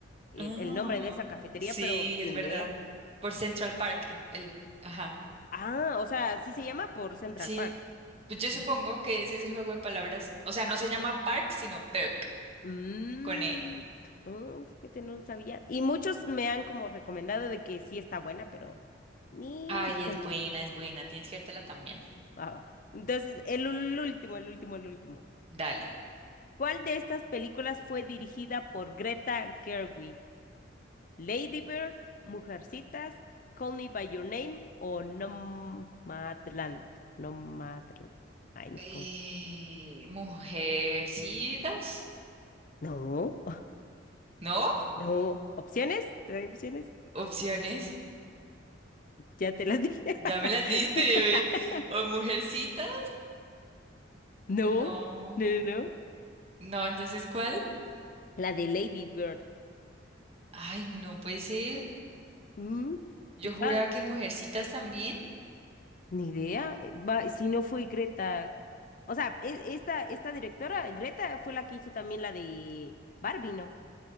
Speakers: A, on the left; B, on the right.
A: el,
B: Ah,
A: el nombre de esa cafetería,
B: sí,
A: pero
B: es
A: ni
B: verdad.
A: idea.
B: Por Central Park, el, el- ajá.
A: Ah, o sea, sí se llama por Central
B: Sí,
A: Park.
B: pues yo supongo
A: Ah.
B: que ese es el juego de palabras. O sea, no se llama Park, sino Perk,
A: Mm,
B: con E.
A: oh, fíjate, no sabía. Y muchos me han como recomendado de que sí está buena, pero ni...
B: Ay, es
A: <laughs>
B: buena, es buena. Tienes que dártela también.
A: Ah, Entonces, el, ul- último, el último, el último.
B: Dale.
A: ¿Cuál de estas películas fue dirigida por Greta Gerwig? Lady Bird, Mujercitas, Call Me by Your Name o Nomadland. Nomadland. Ay, no
B: Eh,
A: sé cómo es.
B: mujercitas,
A: No,
B: ¿no?
A: <laughs> no. ¿Opciones? ¿Te doy opciones?
B: Opciones.
A: Ya te las dije. <laughs>
B: Ya me las diste, bebé. O mujercitas.
A: No,
B: No,
A: no, no, no.
B: no, entonces, ¿cuál?
A: La de Lady Bird.
B: Ay, no puede ser.
A: Mm,
B: Yo
A: Está,
B: juraba que mujercitas también.
A: ni idea. Eh, Va, si no fue Greta. O sea, e- esta, esta directora, Greta, fue la que hizo también la de Barbie, ¿no?